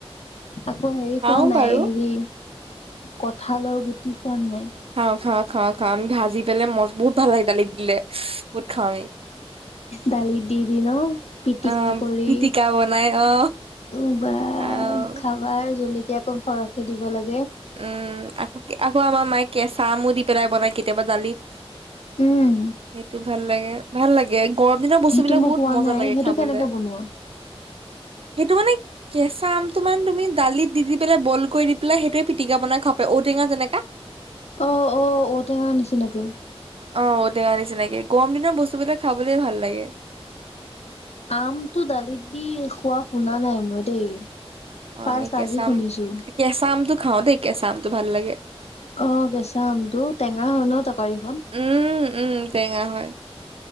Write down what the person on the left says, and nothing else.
আকৌ হেৰি
খোৱা নাই
হেৰি কঁঠালৰ গুটি খোৱা নাই
দালিত দি দি ন পিটিকা
কৰি
উবা
খাবা জলকীয়া অকম সৰহকে দিব লাগে
উম
সেইটো মই
খোৱা
নাই
সেইটো
কেনেকে বনোৱা
অ অ ঔটেঙাৰ নিচিনাকে
আমটো দালিত দি খোৱা শুনা নাই মই দেই
ফাৰ্ষ্ট
আজি শুনিছো
অ কেঁচা আমটো টেঙা হয় ন তৰকাৰীখন